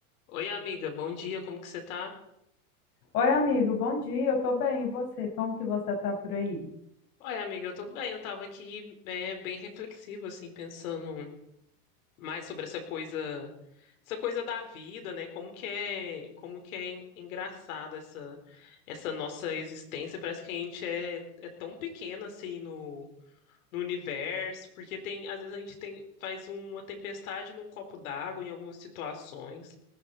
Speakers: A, on the left; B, on the left.
A: Oi, amiga, bom dia, como que você tá?
B: Oi, amigo, bom dia, eu tô bem, e você? Como que você tá por aí?
A: Oi, amiga, eu tô bem, eu tava aqui é, bem reflexiva assim, pensando mais sobre essa coisa, essa coisa da vida, né? Como que é, como que é en- engraçado essa, essa nossa existência, parece que a gente é, é tão pequena assim, no, no universo, porque tem, às vezes a gente tem, faz uma tempestade num copo d'água em algumas situações.